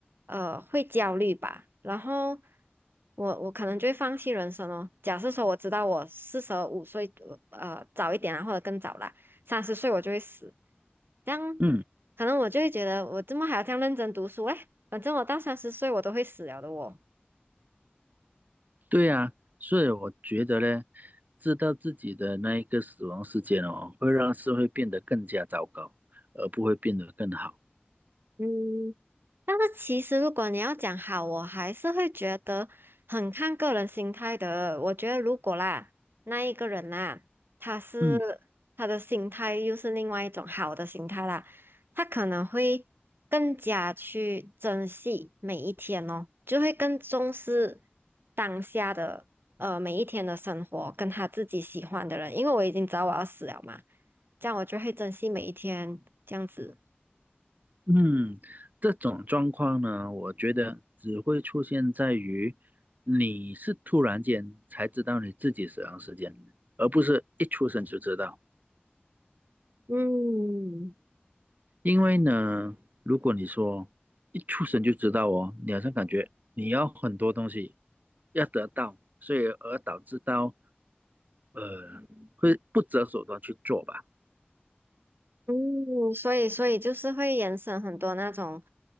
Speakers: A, on the right; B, on the right.
A: 呃会焦虑吧，然后我我可能就会放弃人生哦。假设说我知道我四十五岁呃早一点啊，或者更早啦，三十岁我就会死，这样
B: 嗯，
A: 可能我就会觉得我怎么还要这样认真读书嘞？反正我到三十岁我都会死了的我。
B: 对呀，所以我觉得呢，知道自己的那一个死亡时间哦，会让社会变得更加糟糕，而不会变得更好。
A: 嗯，但是其实如果你要讲好，我还是会觉得很看个人心态的。我觉得如果啦，那一个人啦，他是他的心态又是另外一种好的心态啦，
B: 嗯。
A: 他可能会更加去珍惜每一天哦，就会更重视当下的呃每一天的生活，跟他自己喜欢的人。因为我已经知道我要死了嘛，这样我就会珍惜每一天，这样子。
B: 嗯，这种状况呢，我觉得只会出现在于你是突然间才知道你自己死亡时间，而不是一出生就知道。
A: 嗯。
B: 因为呢，如果你说一出生就知道哦，你好像感觉你要很多东西要得到，所以而导致到呃会不择手段去做吧。
A: 嗯，所以所以就是会延伸很多那种